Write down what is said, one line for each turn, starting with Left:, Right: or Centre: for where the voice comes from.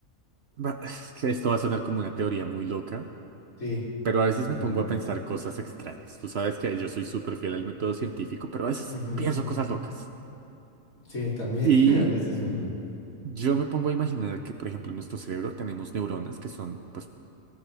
Right: va- es que esto va a sonar como una teoría muy loca.
Left: Sí,
Right: Pero a veces
Left: totalmente.
Right: me pongo a pensar cosas extrañas. Tú sabes que yo soy súper fiel al método científico, pero a veces
Left: Ujú.
Right: pienso cosas locas.
Left: Sí, también
Right: Y
Left: <laughs> a veces me gusta.
Right: yo me pongo a imaginar que, por ejemplo, en nuestro cerebro tenemos neuronas que son, pues,